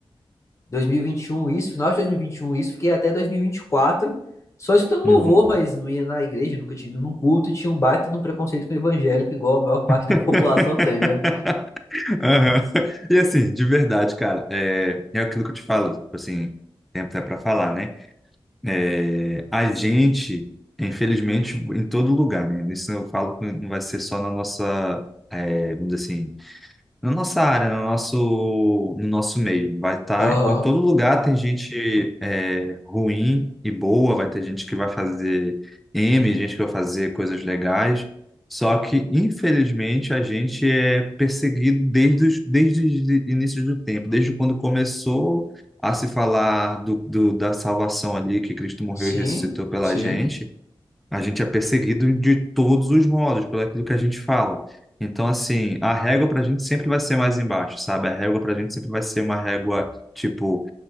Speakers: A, on the left; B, in the centre.
A: 2021 isso, final de 2021 isso, fiquei até 2024 só escutando louvor,
B: Uhum.
A: mas não ia na igreja, nunca tinha ido num culto e tinha um baita de um preconceito com o evangélico, igual a maior parte
B: <laughs>
A: da <laughs> população tem, né?
B: Aham. E assim, de verdade, cara, é, é aquilo que eu te falo, tipo assim, tem até para falar, né? É, a gente, infelizmente, em todo lugar, né? Isso eu falo que não vai ser só na nossa, é, vamos dizer assim, na nossa área, no nosso, no nosso meio. Vai estar
A: Aham,
B: em todo lugar, tem gente é, ruim e boa, vai ter gente que vai fazer M, gente que vai fazer coisas legais. Só que, infelizmente, a gente é perseguido desde os, desde os inícios do tempo, desde quando começou a se falar do, do, da salvação ali, que Cristo morreu
A: Sim,
B: e ressuscitou pela
A: sim.
B: gente. A gente é perseguido de todos os modos, pelo aquilo que a gente fala. Então, assim, a régua para a gente sempre vai ser mais embaixo, sabe? A régua para a gente sempre vai ser uma régua, tipo,